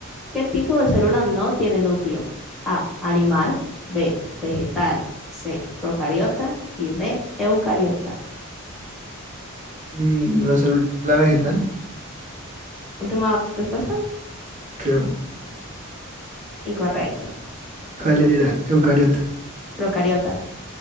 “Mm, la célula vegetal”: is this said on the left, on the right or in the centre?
Right